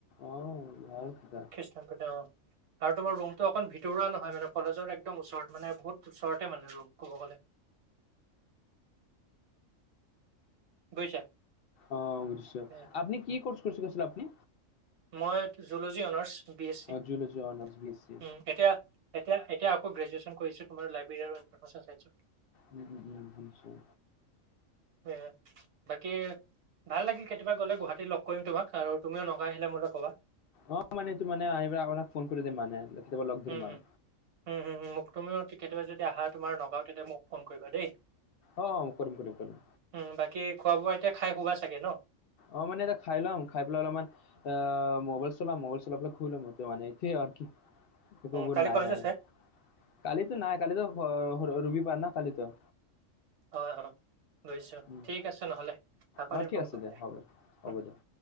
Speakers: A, on the left; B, on the right.
A: অ, ভাল কথা।
B: কৃষ্ণ ক। <unintelligible> আৰু তোমাৰ ৰুমটো অকণ ভিতৰুৱা নহয় মানে কলেজৰ একদম ওচৰত মানে বহুত ওচৰতে মানে ৰুম ক'ব গ'লে। বুজিছা?
A: অ, বুজিছ
B: এ,
A: আপনি কি কৰ্চ কৰিছে কৈছিল আপুনি?
B: মই জুলজী অনাৰ্চ বি এছ চি
A: আ
B: উম,
A: জুলজি অনার্স বিএসসি।
B: এতিয়া। এতিয়া-এতিয়া আকৌ গ্ৰেজুৱেন কৰিছো লাইবেৰী আৰু ইনফৰ্মেশ্যন চাইচত।
A: উম, উম, বুজিছোঁ।
B: উ বাকী। ভাল লাগিল কেতিয়াবা গলে গুৱাহাটীত লগ কৰিম তোমাক, তুমিও নকাই আহিলে মোক ক'বা।
A: অ, মানে এইটো মানে আহিব আপোনাক ফোন কৰি দিম মানে কেতিয়াবা লগ ধৰিম
B: উম, উম,
A: আৰু।
B: উম, উম, মোক তুমি কেতিয়াবা যদি আহা তোমাৰ নগাওঁ তেতিয়া মোক ফোন কৰিবা দেই।
A: অ কৰিম কৰিম কৰিম।
B: উম, বাকী খোৱা বোৱা এতিয়া খাই সুৱাই চাগে ন?
A: অঁ, মানে এতিয়া খাই ল'ম খাই পেলাই অলপমান আহ, মোবাইল চলাম মোবাইল চলাই পেলাই শুই লম মানে এতিয়া আৰু কি? একোবোৰ
B: উম, কালি
A: নাই
B: কলেজ
A: আৰু
B: আছে?
A: কালিতো নাই কালিতো ৰবিবাৰ ন কালিতো।
B: হয়-হয় বুজিছোঁ
A: উম,
B: ঠিক আছে নহ'লে। আকৌ
A: অ,
B: এদিন
A: ঠিক
B: ফোন
A: আছে
B: কৰিম
A: দে
B: দিয়া।
A: হ'ব দে হ'ব
B: উম।
A: দিয়ক।